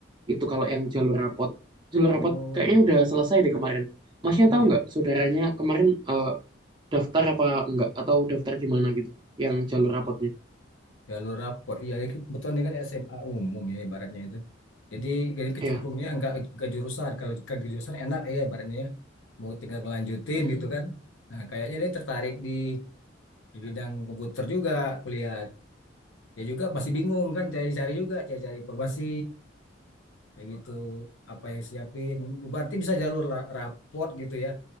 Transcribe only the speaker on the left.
Oh,
beg-
iya.
Jalur rapor. Iya, ini kebetulan ini kan SMA umum ya ibaratnya itu. Jadi jadi kecemplungnya
nggak ke jurusan. Kalau ke jurusan enak ya ibaratnya ya. Mau tinggal ngelanjutin
gitu kan. Nah, kayaknya dia tertarik di di bidang komputer juga kulihat. Dia juga masih bingung kan cari-cari juga, cari-cari informasi kayak gitu. Apa yang siapin? Berarti bisa jalur la- rapor gitu ya.